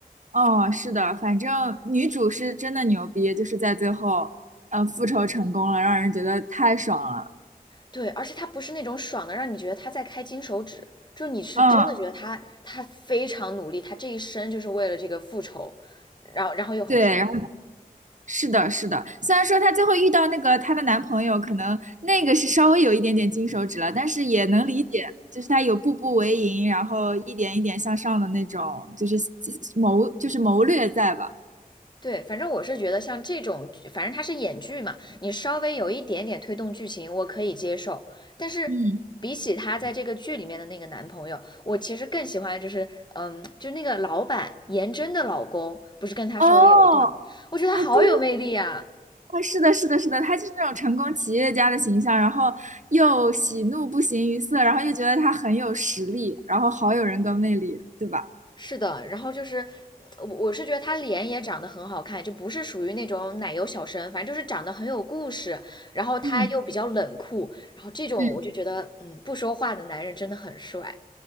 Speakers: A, on the right; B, on the left.
A: 哦，是的，反正女主是真的牛逼，就是在最后，呃，复仇成功了，让人觉得太爽了。
B: 对，而且他不是那种爽的，让你觉得他在开金手指，就你是真的觉得他他非常努力，
A: 嗯，
B: 他这一生就是为了这个复仇，然后然后又很爽。
A: 对，是的，是的，虽然说她最后遇到那个她的男朋友，可能那个是稍微有一点点金手指了，但是也能理解，就是她有步步为营，然后一点一点向上的那种，就是谋，就是谋略在吧？
B: 对，反正我是觉得像这种，反正他是演剧嘛，你稍微有一点点推动剧情，我可以接受。但是比起他在这个剧里面的那个男朋友，
A: 嗯，
B: 我其实更喜欢就是，嗯，就那个老板颜真的老公，不是跟他稍微有一段吗？
A: 哦，
B: 我觉得他好有魅力啊。
A: 啊，对，啊，是的，是的，是的，她就是那种成功企业家的形象，然后又喜怒不形于色，然后又觉得她很有实力，然后好有人格魅力，对吧？
B: 是的，然后就是。我我是觉得他脸也长得很好看，就不是属于那种奶油小生，反正就是长得很有故事，然后他又比较冷酷，
A: 嗯
B: 然后这种我就觉得，
A: 嗯。
B: 嗯，不说话的男人真的很帅。